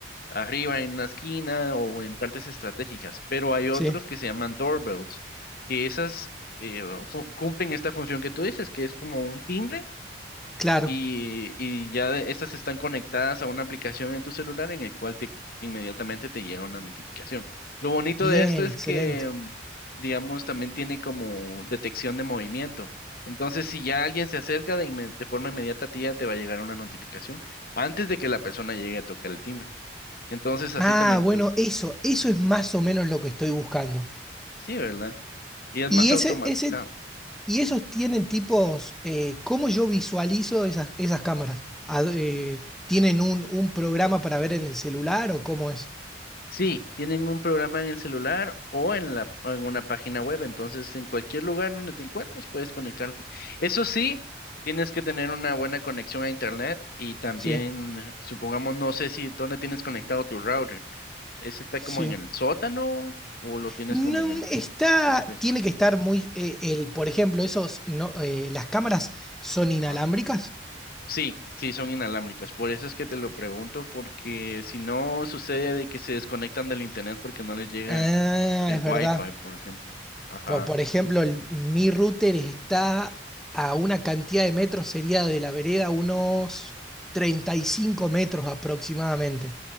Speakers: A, on the left; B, in the centre.
A: arriba en una esquina o en partes estratégicas, pero hay otros
B: Sí,
A: que se llaman doorbells, que esas eh, fu- cumplen esta función que tú dices, que es como un timbre
B: claro.
A: y, y ya de- estas están conectadas a una aplicación en tu celular en el cual te, inmediatamente te llega una notificación. Lo bonito
B: Bien,
A: de esto es
B: excelente.
A: que, mm, digamos, también tiene como detección de movimiento. Entonces, si ya alguien se acerca de, inme- de forma inmediata a ti, ya te va a llegar una notificación antes de que la persona llegue a tocar el timbre. Entonces así
B: Ah,
A: también
B: bueno,
A: tú,
B: eso, eso es más o menos lo que estoy buscando.
A: sí, ¿verdad? Y es
B: Y
A: más
B: ese,
A: automatizado.
B: ese, y esos tienen tipos, eh, ¿cómo yo visualizo esas, esas cámaras? Ad- eh, ¿tienen un, un programa para ver en el celular o cómo es?
A: Sí, tienen un programa en el celular o en la, en una página web, entonces en cualquier lugar donde te encuentres puedes conectarte. Eso sí, tienes que tener una buena conexión a internet y también,
B: Sí,
A: supongamos, no sé si dónde tienes conectado tu router. ¿Ese está
B: sí.
A: como en el sótano o lo tienes
B: No,
A: como en el
B: está,
A: piso principal?
B: tiene que estar muy, eh, el, por ejemplo, esos, no, eh, las cámaras son inalámbricas.
A: Ajá. Sí, sí, son inalámbricas. Por eso es que te lo pregunto, porque si no sucede de que se desconectan del internet porque no les llega
B: Ah,
A: El
B: es verdad.
A: Wi-Fi, por ejemplo. Ajá.
B: Por, por ejemplo, el- mi router está a una cantidad de metros, sería de la vereda unos 35 metros aproximadamente.